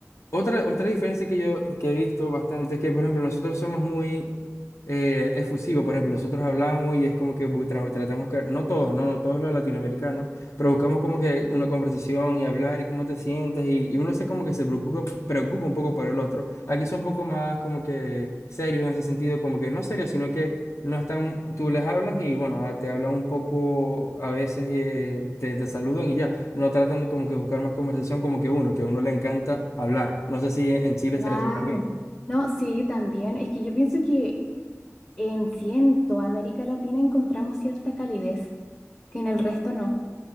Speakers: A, on the left; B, on the left.
A: Otra, otra diferencia que yo que he visto bastante es que, por ejemplo, nosotros somos muy eh, efusivos. Por ejemplo, nosotros hablamos y es como que bu- tra- tratamos que, no todos, no, no todos los latinoamericanos, pero buscamos como que una conversación y hablar y cómo te sientes y, y uno se como que se preocupa, preocupa un poco por el otro. Aquí son un poco más como que serios en ese sentido, como que no serios, sino que no están, tú les hablas y bueno, ah, te hablan un poco, a veces eh, te, te saludan y ya, no tratan de como que buscar más conversación como que uno, que a uno le encanta hablar. No sé si en Chile
B: Claro.
A: será así también.
B: No, sí, también. Es que yo pienso que en sí, en toda América Latina encontramos cierta calidez, que en el resto no.